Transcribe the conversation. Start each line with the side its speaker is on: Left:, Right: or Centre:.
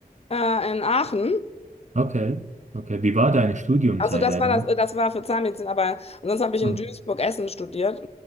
Left: Äh, in Aachen.
Right: Okay, okay. Wie war deine Studiumzeit
Left: Achso, das
Right: eigentlich?
Left: war das, äh, das war für Zahnmedizin, aber ansonsten habe ich in
Right: Mhm.
Left: Duisburg Essen studiert.